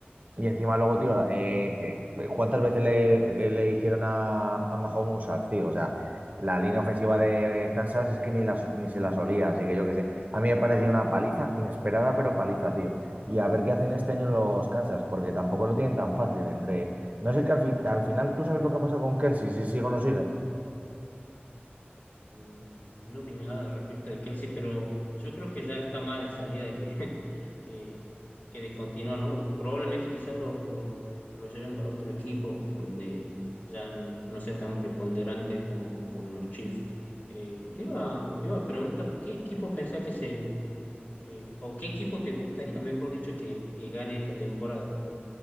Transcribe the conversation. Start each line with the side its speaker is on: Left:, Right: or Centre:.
Right: y encima luego, tío, eh, eh, ¿cuántas veces le, eh, le hicieron a, a Mahomes un sack, tío? O sea, la línea ofensiva de Kansas es que ni, la, so- ni se la solía, así que yo qué sé. A mí me pareció una paliza, inesperada, pero paliza, tío. Y a ver qué hacen este año los Kansas, porque tampoco lo tienen tan fácil entre... No sé que al, fin- al final, ¿tú sabes lo que ha pasado con Kelsey? Si sigue o no sigue.
Left: Mm, No vi nada al respecto de Kelsey, pero yo creo que ya está más de salida que, <laughs> que, que de continuar, ¿no? Probablemente quizás lo, lo, lo lleven para otro equipo donde ya n- no sea tan preponderante como, como los Chiefs. Eh, te iba, te iba a preguntar, ¿qué equipo pensás que se, que, o qué equipo te gustaría, mejor dicho, que, que gane esta temporada?